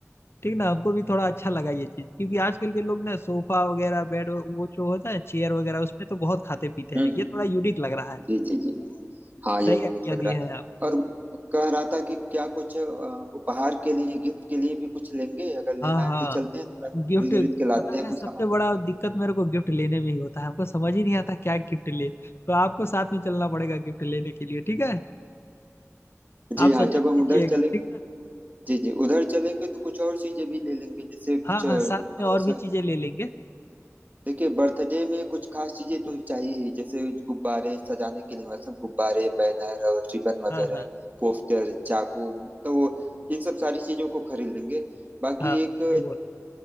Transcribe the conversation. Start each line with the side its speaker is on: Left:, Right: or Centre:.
Left: ठीक ना हमको भी थोड़ा अच्छा लगा ये चीज क्योंकि आजकल के लोग ना सोफा वगैरह बेड वो जो होता है चेयर वगैरह उसमें तो बहुत खाते पीते हैं
Right: हम्म हम्म,
Left: ये थोड़ा यूनिक लग रहा है
Right: जी जी जी हाँ यह
Left: सही
Right: यूनिक
Left: आइडिया
Right: लग
Left: दिए
Right: रहा
Left: हैं
Right: है
Left: आप
Right: और कह रहा था कि क्या कुछ अ, उपहार के लिए गिफ्ट के लिए भी कुछ लेंगे अगर लेना
Left: हाँ हाँ
Right: है तो चलते हैं थोड़ा खरीद
Left: गिफ्ट
Right: उरीद के लाते
Left: पता
Right: हैं
Left: है
Right: कुछ
Left: सबसे
Right: सामान
Left: बड़ा दिक्कत मेरे को गिफ्ट लेने में ही होता है हमको समझ ही नहीं आता क्या गिफ्ट ले तो आपको साथ में चलना पड़ेगा गिफ्ट लेने के लिए ठीक है आप
Right: जी हाँ
Left: सजेस्ट
Right: जब हम
Left: कीजिएगा
Right: उधर चलेंगे
Left: ठीक ना
Right: जी जी उधर चलेंगे तो कुछ और चीजें भी ले लेंगे जैसे कुछ
Left: हाँ हाँ
Right: अ, मतलब
Left: साथ में और
Right: ऐसा
Left: भी चीजें ले लेंगे
Right: देखिए बर्थडे में कुछ खास चीजें तो चाहिए ही जैसे गुब्बारे सजाने के लिए मतलब गुब्बारे बैनर और रिबन वगैरह
Left: हाँ हाँ
Right: पोस्टर चाकू तो वो- इन सब सारी चीजों को खरीद लेंगे बाकी
Left: हाँ
Right: एक
Left: सही बोल रहे